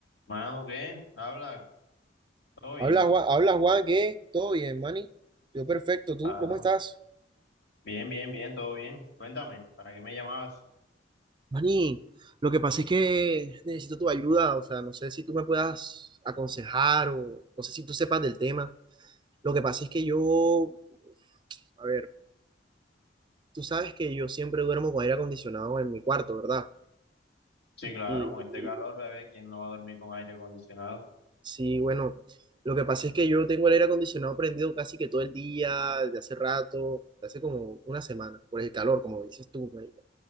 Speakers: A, on the left (about 65°); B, on the right (about 25°).
A: Mano, ¿qué? Habla, todo bien.
B: Habla Juan, habla Juan, ¿qué? ¿Todo bien, Manny? Yo perfecto, ¿tú
A: Claro.
B: cómo estás?
A: Bien, bien, bien, todo bien. Cuéntame, ¿para qué me llamabas?
B: Mani, lo que pasa es que necesito tu ayuda, o sea, no sé si tú me puedas aconsejar o no sé si tú sepas del tema. Lo que pasa es que yo, a ver, tú sabes que yo siempre duermo con aire acondicionado en mi cuarto, ¿verdad?
A: Sí, claro,
B: Y,
A: con este
B: y
A: calor, bebé, ¿quién no va a dormir con aire acondicionado?
B: sí, bueno, lo que pasa es que yo tengo el aire acondicionado prendido casi que todo el día, desde hace rato, desde hace como una semana, por el calor, como dices tú, marica.